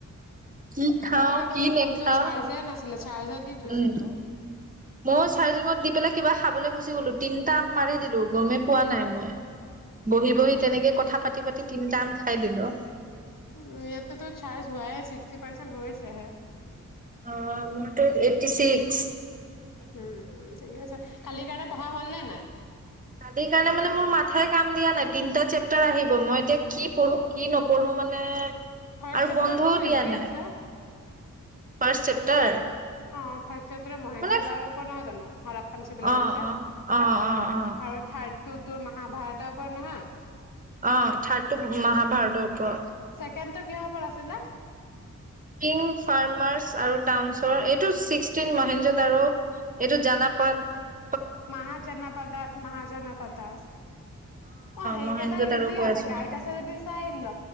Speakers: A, on the right; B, on the left.
A: কি খাওঁ
B: মোৰ আকৌ
A: কি
B: তোৰ
A: নেখাও
B: ফোনটোত চাৰ্জে নাছিলে চাৰ্জত দি থৈছিলো।
A: উম ময়ো চাৰ্জিঙত দি পেলাই কিবা খাবলৈ গুচি গলো তিনিটা আম মাৰি দিলো গমেই পোৱা নাই মই। বহি বহি তেনেকে কথা পাতি পাতি তিনটা আম খাই দিলোঁ।
B: ইয়াৰততো চাৰ্জ হোৱাই ছিক্সটি পাৰ্চেন্ট হৈছেহে।
A: অ মোৰটো এইটটি চিক্স
B: উম ঠিকে আছে কালিৰ কাৰণে পঢ়া হল নে নাই।
A: কালি কাৰণে মোৰ মাথাই কাম দিয়া নাই তিনটা চেপ্তাৰ আহিব মই এতিয়া কি পঢ়ো। কি নপৰঢ়ো মানে
B: ফাৰ্ষ্ট
A: আৰু
B: চেপ্টাৰটোতো
A: বন্ধও দিয়া
B: ইজি
A: নাই।
B: আছে।
A: ফাৰ্ষ্ট চেপ্টাৰ
B: অ মহেন্দ্ৰ
A: মানে
B: দাৰ ওপৰত নহয় জানো হাৰাপ্পান চিভিলাইজেচন
A: অ অ অ অ অ
B: আৰু থাৰ্ড। তোৰ তোৰ মহাভাৰতৰ পৰা নহয়।
A: অ থাৰ্ডটো মহাভাৰতৰ ওপৰত,
B: চেকেণ্ডটো কিহৰ ওপৰত আছিলে।
A: কিং ফাৰ্মাৰ্চ আৰু টাউনছৰ এইটো ছিক্সটিন মহেজ। আৰু এইটো জানা। পচ <unintelligible>
B: মাহাজানাপা দাস মাহাজানাপা দাস অ সেইকেইটা
A: মহেন্দ্ৰত
B: ইজি
A: আৰু কৈ
B: আছে
A: আছো
B: গাইড
A: মই
B: আছে যদি চাই ল